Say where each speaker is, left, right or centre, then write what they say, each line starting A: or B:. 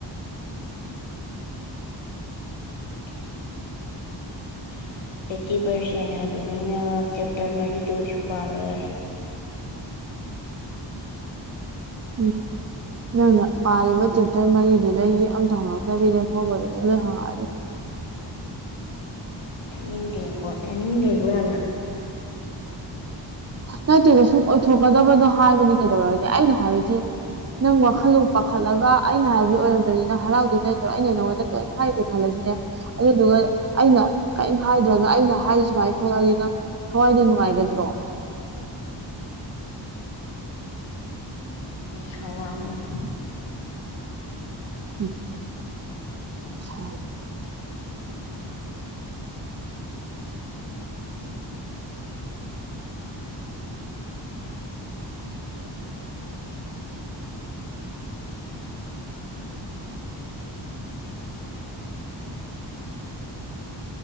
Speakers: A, on the left; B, on the right.
A: <inaudible> ꯑꯩꯠꯇꯤ ꯄꯥꯔꯁꯦꯟ ꯍꯥꯏꯕꯅꯤꯅ ꯆꯦꯞꯇꯔ ꯃꯔꯤꯗ ꯑꯣꯏꯁꯨ ꯄꯥꯔꯣꯏ ꯌꯥꯔꯦ
B: ꯎꯝ ꯅꯪꯅ ꯄꯥꯔꯤꯕ ꯆꯦꯞꯇꯔ ꯃꯔꯤꯗꯨꯗꯒꯤ ꯑꯝꯇ ꯍꯪꯉꯛꯇꯕꯤꯔꯦ ꯐꯥꯎꯕꯗꯨꯗ ꯂꯣꯏ ꯍꯪꯉꯛꯑꯅꯤ
A: <inaudible> ꯇꯅꯤꯡ ꯂꯩꯒꯣ ꯇꯅꯤꯡ ꯂꯩꯒꯣ ꯌꯥꯝꯅ
B: ꯅꯠꯇꯦꯗ ꯁꯨꯝ ꯑꯣꯏꯊꯣꯛꯀꯗꯕꯗꯣ ꯍꯥꯏꯕꯅꯤ ꯀꯩꯗꯧꯔꯒꯦ ꯑꯩꯅ ꯍꯥꯏꯕꯗꯤ ꯅꯪ ꯋꯥꯈꯜꯗꯣ ꯄꯥꯈꯠꯂꯒ ꯑꯩꯅ ꯍꯥꯏꯕꯗꯨ ꯑꯣꯏꯔꯝꯗ꯭ꯔꯅꯤ ꯅꯪ ꯍꯔꯥꯎꯗꯣꯏ ꯅꯠꯇ꯭ꯔꯣ ꯑꯩꯅ ꯅꯪꯉꯣꯟꯗ ꯀꯔꯤꯝ ꯍꯥꯏꯗꯦ ꯈꯜꯂꯁꯤ ꯑꯗꯨꯗꯨꯒ ꯑꯩꯅ ꯀꯔꯤꯝ ꯍꯥꯏꯗ꯭ꯔꯒ ꯑꯩꯅ ꯍꯥꯏꯔꯤ ꯁꯨꯃꯥꯏꯅ ꯊꯣꯛꯂꯛꯑꯗꯤ ꯅꯪ ꯊꯋꯥꯏꯗ ꯅꯨꯡꯉꯥꯏꯒꯗ꯭ꯔꯣ
A: ꯅꯤꯁꯥ ꯋꯥꯒꯅ
B: ꯝ ꯁꯥ
A: <inaudible> <unintelligible> <inaudible>